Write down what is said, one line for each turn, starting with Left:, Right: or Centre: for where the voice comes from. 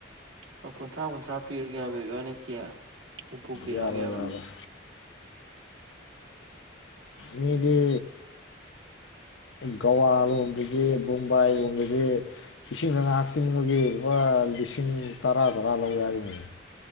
Right: ꯑꯣ ꯀꯨꯟꯊ꯭ꯔꯥ ꯀꯨꯟꯊ꯭ꯔꯥ ꯄꯤꯔꯒꯦꯕꯕꯥꯅꯤ ꯀꯦ ꯍꯨꯝꯐꯨ ꯄꯤꯔꯛꯑꯒꯦꯕ
Left: ꯌꯥꯔꯣꯏ ꯌꯥꯔꯣꯏ ꯃꯤꯒꯤ ꯒꯋꯥ ꯂꯣꯝꯗꯗꯤ ꯃꯨꯝꯕꯥꯏ ꯂꯣꯟꯝꯗꯗꯤ ꯏꯁꯤꯡꯅ ꯉꯥꯏꯍꯥꯛꯇꯤꯡꯕꯒꯤ ꯂꯨꯄꯥ ꯂꯤꯁꯤꯡ ꯇꯔꯥ ꯇꯔꯥ ꯂꯧꯋꯦ ꯍꯥꯏꯔꯤꯕꯅꯤ